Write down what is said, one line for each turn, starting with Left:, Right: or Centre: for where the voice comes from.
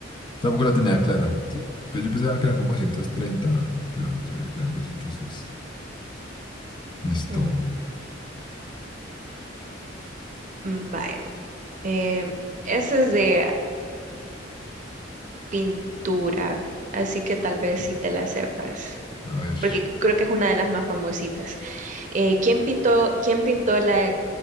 Left: Tampoco la tenía clara. sí. Pero Yo pensaba que eran como 230, pero no sabía que eran 206. Listo.
Right: mm, mm, vaya. Eh, ese es de pintura, así que tal vez sí te la sepas,
Left: A ver.
Right: porque creo que es una de las más famositas. Eh, ¿quién pintó, quién pintó la